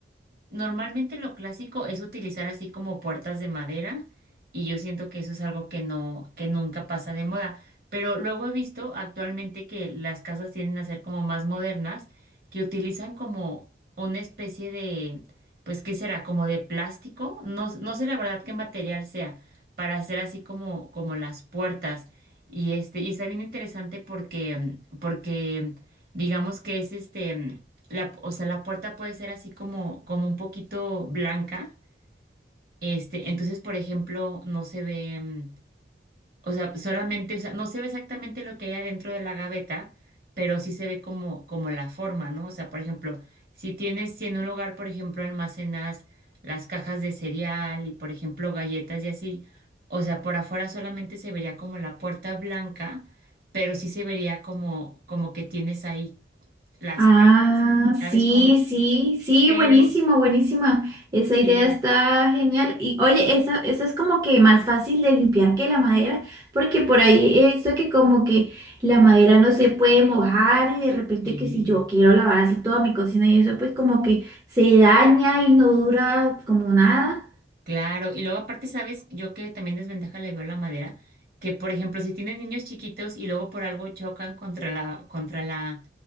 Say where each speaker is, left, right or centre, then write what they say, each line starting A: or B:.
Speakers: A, on the right (about 55°); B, on the right (about 20°).
A: Normalmente lo clásico es utilizar así como puertas de madera y yo siento que eso es algo que no, que nunca pasa de moda. Pero luego he visto actualmente que las casas tienden a ser como más modernas, que utilizan como una especie de, pues, ¿qué será? Como de plástico. No, no sé la verdad qué material sea para hacer así como, como las puertas. Y este, y está bien interesante porque, porque digamos que es este la, o sea, la puerta puede ser así como, como un poquito blanca. Este, entonces, por ejemplo, no se ve, mm, o sea, solamente, o sea, no se ve exactamente lo que hay adentro de la gaveta, pero sí se ve como, como la forma, ¿no? O sea, por ejemplo, si tienes, si en un lugar, por ejemplo, almacenas las cajas de cereal y, por ejemplo, galletas y así, o sea, por afuera solamente se vería como la puerta blanca, pero sí se vería como, como que tienes ahí las
B: Ah,
A: cajas, ¿sabes
B: sí,
A: cómo?
B: sí, sí,
A: Pero
B: buenísimo, buenísima. Esa idea
A: Sí,
B: está genial. Y oye, esa, esa es como que más fácil de limpiar que la madera, porque por ahí he visto que como que la madera no se puede mojar y de repente
A: sí,
B: que si yo quiero lavar así toda mi cocina y eso, pues como que se daña y no dura como nada.
A: claro. Y luego aparte, ¿sabes? Yo que también desventaja le veo la madera, que por ejemplo, si tienes niños chiquitos y luego por algo chocan contra la, contra la,